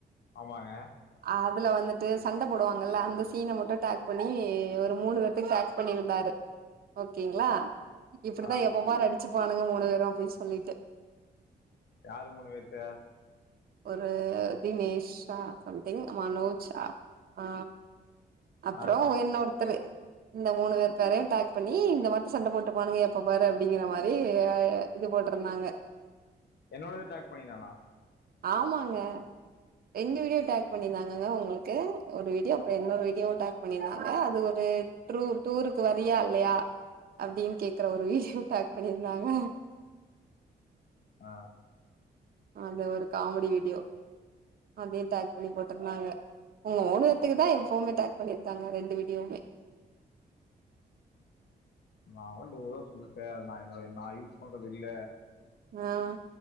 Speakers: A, on the left; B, on the right.
A: ஆமாங்க
B: அதுல வந்துட்டு சண்ட போடுவாங் கல்ல அந்த சீன மட்டு டேக் பண்ணி ஒரு மூணு பேத்துக்கு டேக் பண்ணிருந்தாரு ஓகேங்ளா இப்படித்தா
A: ஆ
B: எப்பாரு அடிச்சுப் பானுங்க மூணு பேரு அப்டின் சொல்லிட்டு
A: யாரு மூணு பேத்த
B: ஒரு தினேஷ்ஷா சம்திங் மனோஜ்ஷா அ அப்பறோ
A: ஆ
B: இன்னோர்த்தரு இந்த மூணு பேர் பேரையு டேக் பண்ணி இந்த மாத்தா சண்ட போட்டு போவனுங்க எப்ப பாரு அப்டிங்கிற மாதிரி அ இது போ ட்டுருந்தாங்க
A: என்னோடத டேக் பண்ணினானா
B: ஆமாங்க ரெண்டு வீடியோ டேக் பண்ணிர்ந்தாங்கங்க உங்களுக்கு ஒரு வீடியோ அப்ற இன்னொரு வீடியோ டேக் பண்ணியிருந்தாங்க அது ஒ ரு ட்ரூ டூருக்கு வரியா இல்லையா அப்டீன் கேக்குற ஒரு வீடியோ டேக் பண்ணியிருந்தாங்க
A: அ
B: அந்த ஒரு காமடி வீடியோ அதயு டேக் பண்ணி போட்டுர்ந்தாங்க உங்க மூணுபேத்துக்கு தா எப்ஃபோமே டேக் பண்ணிருக்காங்க ரெண்டு வீடியோவுமே
A: நா அவன்ட கூட சொல்டே அது நா என்னோடய நா யூஸ் பன்றது இல்ல
B: அ